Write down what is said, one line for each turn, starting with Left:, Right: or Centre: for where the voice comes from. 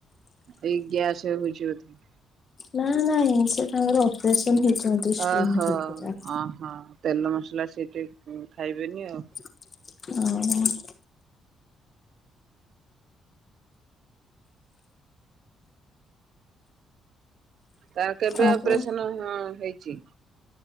Right: ଏଇ ଗ୍ୟାସରେ ହଉଛି ବୋଧେ?
Left: ନା ନାଇଁ। ସେ ତାଙ୍କର ଅପରେସନ ହେଇଛନ୍ତି ଷ୍ଟୋନ
Right: ଓହୋ
Left: ହେଇଥିଲା
Right: ଅ ହୋ ତେଲ ମସଲା ସେଇଥି ଖାଇବେନି ଆଉ।
Left: ଅହ।
Right: ତାର କେବେ
Left: ଆପଣ
Right: ଅପରେସନ୍ ହଁ ହେଇଚି?